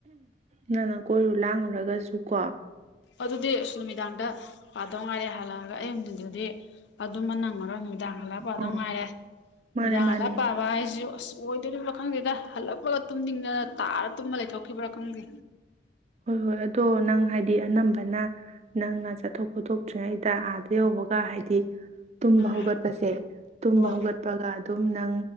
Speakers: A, on the right (about 35°); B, on the left (about 80°).
A: ꯅꯪꯅ ꯀꯣꯏꯔꯨ ꯂꯥꯡꯉꯨꯔꯒꯁꯨ ꯀꯣ
B: ꯑꯗꯨꯗꯨꯗꯤꯁ ꯅꯨꯃꯤꯗꯥꯗ ꯗꯉꯥꯏꯔꯦ ꯍꯥꯏꯜꯂꯛꯑꯒ ꯑꯩ ꯍꯖꯤꯤꯟꯗꯨꯗꯤ ꯑꯗꯨꯃ ꯅꯪꯉꯒ ꯅꯨꯃꯤꯗꯥꯡ ꯍꯜꯂꯥꯞ ꯄꯥꯗꯧ
A: ꯎꯝ
B: ꯉꯥꯏꯔꯦ
A: ꯃꯥꯅꯦ
B: ꯅꯨꯃꯤꯗꯥꯡ
A: ꯃꯥꯅꯦ
B: ꯍꯜꯂꯥ ꯄꯥꯕ ꯍꯥꯏꯁꯨ ꯑꯁ ꯃꯣꯏꯗꯨꯅ ꯈꯪꯗ ꯍꯜꯂꯛꯄꯂ ꯇꯨꯝꯅꯤꯡꯗꯅ ꯇꯥꯔ ꯇꯨꯝꯕ ꯂꯩꯊꯣꯛꯈꯤꯕ꯭ꯔꯥ ꯈꯪꯗꯦ
A: ꯍꯣꯏ ꯍꯣꯏ ꯑꯗꯣ ꯅꯪ ꯍꯥꯏꯗꯤ ꯑꯅꯝꯕꯅ ꯅꯪꯅ ꯆꯠꯊꯣꯛ ꯈꯣꯠꯇꯣꯛꯇ꯭ꯔꯤꯉꯩꯗꯥ ꯌꯧꯕꯒ ꯍꯥꯏꯗꯤ ꯇꯨꯝꯕ
B: ꯎꯝ
A: ꯍꯧꯒꯠꯄꯁꯦ ꯇꯨꯝꯕ
B: ꯍꯣꯏ
A: ꯍꯧꯒꯠꯄꯒ ꯑꯗꯨꯝ ꯅꯪ